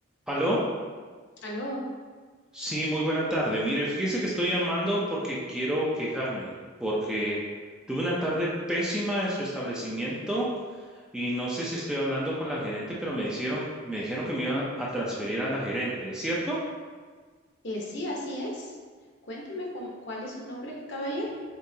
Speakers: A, in the centre; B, on the left.
A: ¿Aló?
B: Aló,
A: Sí, muy buena tarde. Mire, fíjese que estoy llamando porque quiero quejarme, porque tuve una tarde pésima en su establecimiento y no sé si estoy hablando con la gerente, pero me hicieron, me dijeron que me iban a transferir a la gerente, ¿es cierto?
B: eh, sí, así es. Cuénteme cómo- cuál es su nombre, caballero.